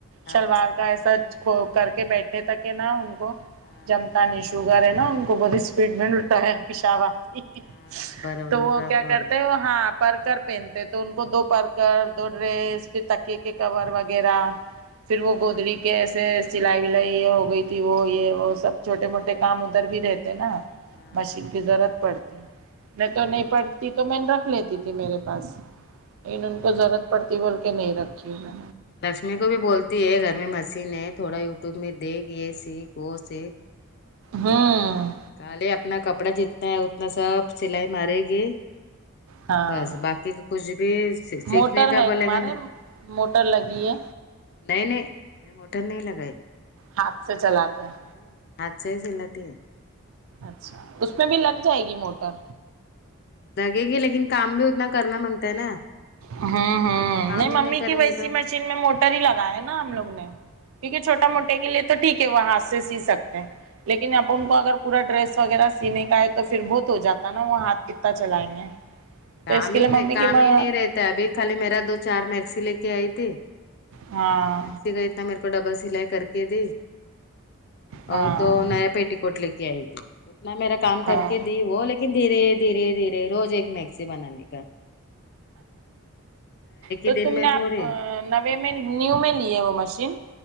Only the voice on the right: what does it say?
شلوار
کا ایسا کھ کر کے بیٹھے تھا کہ نا ان کو
جم
تا شوگر ہے نا ان کو بت اسپیڈ
میں لوٹتا ہے پیشاب آتی ہے
تو وہ
کیا
کرتے ہیں ہو ہاں پرکر پہنتے تو ان کو دو پرکر دو ڈریس پھر تکیے کے کور وغیرہ پھر وہ گودڑی کے ایسے سلائی ولائی یہ ہو گئی تھی وہ یہ وہ سب چھوٹے موٹے کام ادھر بھی رہتے نا
مشین کی ضرورت پڑتی نہیں تو نہیں
پڑتی
تو میں رکھ لیتی تھی میرے پاس لیکن ان
کو ضرورت پڑتی بول کے نہیں رکھتی ہوں میں
ہوں
ہاں
موٹر
ہے
تمہارے
موٹر لگی ہے
ہاتھ سے چلاتے ہیں
اچھا اس میں بھی لگ جائے گی موٹر
ہمم ہمم
نہیں
ممی
کی ویسی
مشین میں موٹر ہی لگاںے نا ہم لوگ نے کیونکہ چھوٹا موٹے کے لیے تو ٹھیک ہے وہ ہاتھ سے سی سکتے ہیں لیکن اپن کو اگر پورا ڈریس وغیرہ سینے کا ہے تو پھر بہت ہو جاتا نا وہ ہاتھ کتتا چلائیں گے تو
اس کے
لیے ممی
کی میں
ہاں
ہاں
ہاں
تو
تم
نے
آپ نوے میں نیو میں لی ہے وہ مشین